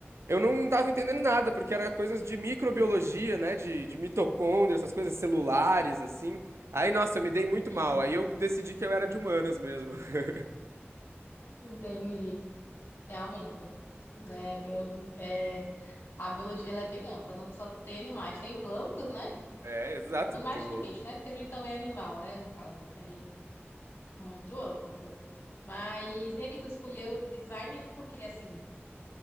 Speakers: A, on the right; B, on the left.
A: eu não estava entendendo nada, porque era coisas de microbiologia, né? De, de mitocôndria, essas coisas celulares, assim. Aí, nossa, eu me dei muito
B: sim,
A: mal. Aí eu decidi que eu era de humanas mesmo. <laughs>
B: entendi. Realmente. É, bio- é, a biologia ela é bem ampla, não só tem animais, tem plantas, né?
A: É, exato,
B: Mais
A: também.
B: que o bicho, né? Porque a gente também é animal, né? No caso, tem muito ampla. Mas e aí, tu escolheu design porque, assim,